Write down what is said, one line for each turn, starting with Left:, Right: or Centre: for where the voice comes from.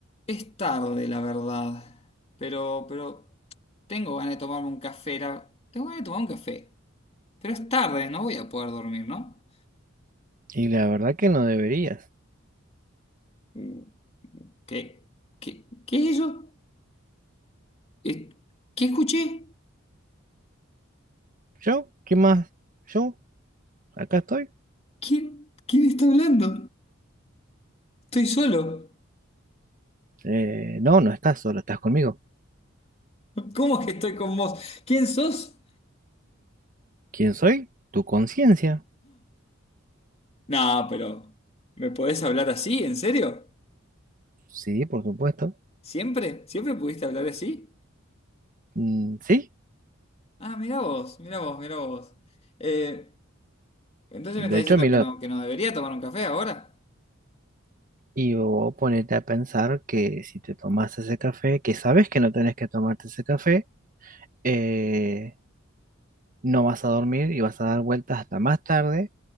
Left: Es tarde, la verdad. Pero, pero tengo ganas de tomarme un café. la- Tengo ganas de tomar un café. Pero es tarde, no voy a poder dormir, ¿no?
Right: Y la verdad que no deberías.
Left: Mm, ¿Qué, qué, qué es eso? Eh, ¿Qué escuché?
Right: ¿Yo? ¿Qué más? ¿Yo? ¿Acá estoy?
Left: ¿Quién, quién está hablando? Estoy solo.
Right: Eh, no, no estás solo, estás conmigo.
Left: <laughs> ¿Cómo que estoy con vos? ¿Quién sos?
Right: ¿Quién soy? Tu conciencia.
Left: No, pero ¿me podés hablar así? ¿En serio?
Right: Sí, por supuesto.
Left: ¿Siempre? ¿Siempre pudiste hablar así?
Right: Mm, sí,
Left: Ah, mirá vos, mirá vos, mirá vos. Eh, Entonces
Right: de
Left: me está diciendo
Right: hecho, Milo,
Left: que no, que no debería tomar un café ahora,
Right: y vos ponete a pensar que si te tomas ese café, que sabes que no tenés que tomarte ese café, eh, no vas a dormir y vas a dar vueltas hasta más tarde,